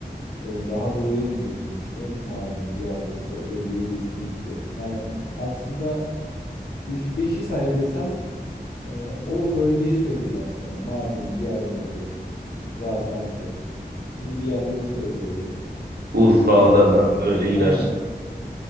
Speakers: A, on the left; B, on the right.
A: Ee, daha doğuya inecektim işte. Mardin, Diyarbakır'ı o bölgeyi gezeyim istiyorum. Yani aslında ilk beşi say desem e, o bölgeyi söyleyeceğim sana. Mardin, Diyarbakır, işte Gaziantep bu gibi yerleri söyleyebilirim.
B: Urfa, Adana öyle gidersin.
A: Aynen.